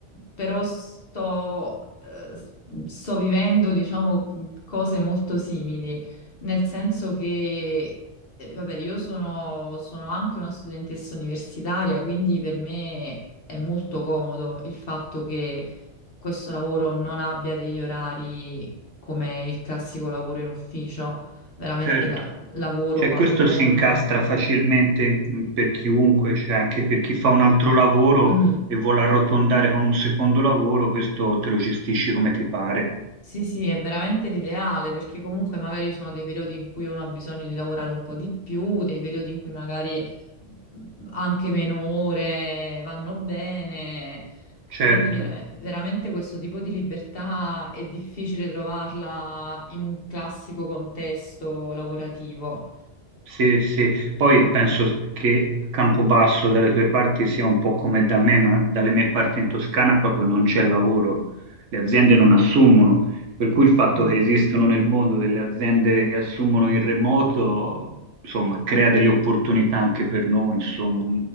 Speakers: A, on the left; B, on the right.
A: però sto, eh, sto vivendo, diciamo, cose molto simili, nel senso che, eh, vabbè, io sono, sono anche una studentessa universitaria, quindi per me è molto comodo il fatto che questo lavoro non abbia degli orari come il classico lavoro in ufficio, veramente
B: Certo,
A: la- lavoro
B: cioè,
A: quando
B: questo
A: voglio.
B: si incastra facilmente mh, per chiunque, cioè, anche per chi fa un altro lavoro
A: Mm.
B: e vuole arrotondare con un secondo lavoro, questo te lo gestisci come ti pare.
A: Sì, sì, è veramente l'ideale perché comunque magari ci sono dei periodi in cui uno ha bisogno di lavorare un po' di più, dei periodi in cui magari mm, anche meno ore vanno bene.
B: Certo.
A: Quindi vera- veramente questo tipo di libertà è difficile trovarla in un classico contesto lavorativo.
B: Sì, sì, poi penso che Campobasso dalle tue parti sia un po' come da me, ma dalle mie parti in Toscana proprio non c'è lavoro, le aziende non assumono, per cui il fatto
A: Mm.
B: che esistano nel mondo delle aziende che assumono in remoto, insomma, crea delle opportunità anche per noi, insomma,